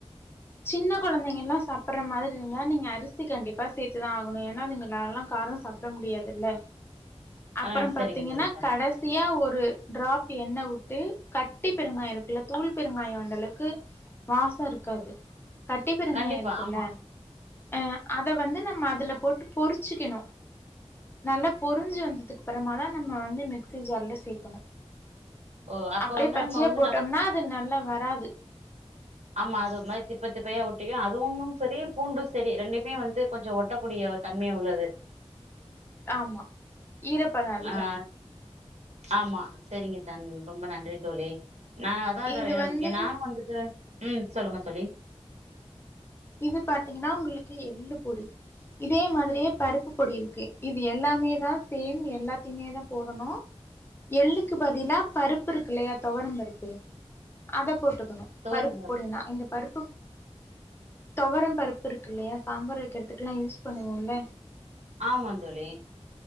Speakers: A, on the left; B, on the right.
A: சின்ன கொழந்தைங்க எல்லா சாப்பிடுற மாதிரி இருந்தா நீங்க அரிசி கண்டிப்பா சேர்த்துதா ஆகணு ஏன்னா அதுங்களால்லா காரோ சாப்பிட முடியாதுல்ல அப்புறோ
B: ஆ சரிங்க
A: பாத்தீங்கன்னா
B: தோழி சார்
A: கடைசியா ஒரு ட்ராப் எண்ணெ விட்டு கட்டி பெருங்காயோ இருக்குல்ல தூள் பெருங்காயோ அந்த அளவுக்கு வாசோ இருக்காது கட்டி பெருங்காய
B: கண்டிப்பா
A: இருக்குல்ல
B: ஆமா
A: ஆ அத வந்து நம்ம அதுல போட்டு பொறிச்சுக்கணு நல்ல பொரிஞ்சு வந்ததுக்குப் அப்பறமா தா நம்ம வந்து மிக்சி ஜார்ல சேர்க்கணு
B: ஓ அப்ப
A: அப்படியே
B: வந்து
A: பச்சையா
B: நம்ம வந்து
A: போட்டோம்னா
B: நல்லா
A: அது நல்ல வராது
B: ஆம்மா அது ஒரு மாரி திப்ப திப்பயா ஒட்டிக்கு அதுவு சேரி பூண்டு சேரி ரெண்டேமே வந்து கொஞ்சு ஒட்டகூடிய தன்மை உள்ளது
A: ஆமா ஈரப்பத அதிகோ
B: ஆ ஆமா சேரிங்க தன் ரொம்ப நன்றி தோழி நா அதா ரு
A: இது வந்து
B: நானு வந்துட்டு ம் சொல்லுங்க தோளி
A: இது பா்த்தீங்ன்னா உங்களுக்கு எள்ளு பொடி இதே மாதிரியே பருப்பு பொடி இருக்கு இது எல்லாமே தா சேம் எல்லாத்தையுமே தா போடணு எள்ளுக்கு பதிலா பருப்பு இருக்கு இல்லேயா தொவரம் பருப்பு அத போட்டுக்கணு
B: துவரம்பருப்பு
A: பருப்பு போடவேனா இந்த பருப்பு தொவரம் பருப்பு இருக்கு இல்லயா சாம்பார் வெக்கறதுக்கெல்ல யூஸ் பண்ணுவோம்ல
B: ஆமா தோளி